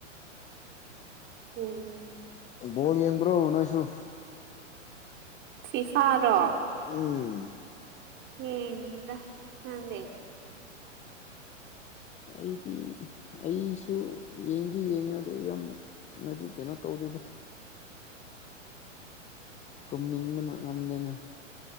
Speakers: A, on the right (about 30°); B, on the left (about 20°).
A: ꯎꯝ
B: ꯕꯣꯜ ꯌꯦꯡꯕ꯭ꯔꯣ ꯅꯣꯏꯁꯨ
A: ꯐꯤ ꯐꯥꯔꯣ
B: ꯎꯝ
A: ꯌꯦꯡꯗꯦꯗ ꯅꯪꯗꯤ
B: ꯑꯩꯗꯤ ꯑꯩꯁꯨ ꯌꯦꯡꯗꯤ ꯌꯦꯡꯉꯗꯨ ꯌꯥꯝ ꯅꯗꯤ ꯀꯩꯅꯣ ꯇꯧꯗꯣꯏꯗ ꯇꯨꯝꯅꯤꯡꯕꯅ ꯉꯝꯗꯦꯅꯦ